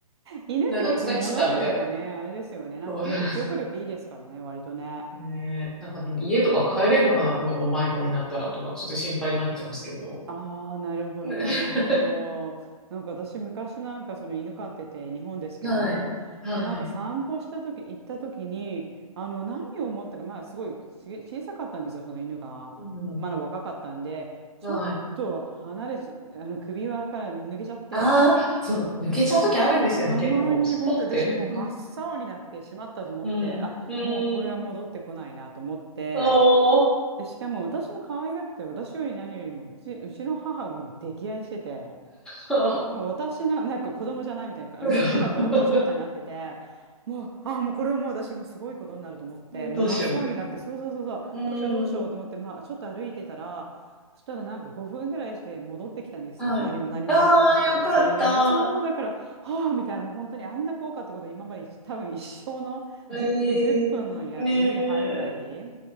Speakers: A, on the right; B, in the centre.
A: 犬って結構物覚えがね、
B: なんか疲れ切ったみたいな。
A: あれですよね。なんか結構記憶力いいですからね、
B: そう。<laughs>
A: 割とね。
B: ねえなんかでも家とか帰れるのかなこの子迷子になったらとか、ちょっと心配になっちゃうんですけど。
A: ああ、なるほど、
B: ね
A: なるほど。
B: <laughs>
A: なんか私、昔なんかその犬飼ってて、日本ですけど、
B: はい。はい。
A: で、なんか散歩した時、行った時に、あの、何を思ったか、まあ、すごいちげ小さかったんですよ、その犬が。
B: うん。
A: まだ若かったんで、ちょっと離れちゃ、
B: はい。
A: あの、首輪から抜けちゃって、
B: ああ、そう。抜けちゃうときあるんですよね、
A: たまに本当私もう真っ青になってしまったと思って、
B: 結構。スポって。うん。
A: あ、
B: うん。
A: もうこれは戻ってこないなと思って、
B: うんおー。
A: で、しかも私も可愛がって、私より何よりもうち、うちの母がもう溺愛してて、
B: そう
A: もう私のなんか子供じゃないみたいな、
B: <laughs>
A: もう犬が子供状態になってて、もう、ああ、もうこれはもう私もうすごいことになると思って、もう真っ青になって、
B: どうしようみたいな。
A: そうそうそうそう、
B: うん。
A: どうしようどうしようと思って、まあ、ちょっと歩いてたら、そしたらなんか5分ぐらいして戻ってきたんですよ。
B: はい。
A: 何も何も何か普通に。
B: ああ、よかった。
A: そう、だから、はあ、みたいな、もう本当にあんな怖かったこと今まで一多分一生の10分、
B: ええね
A: 10分のや指に入るぐらい。
B: え。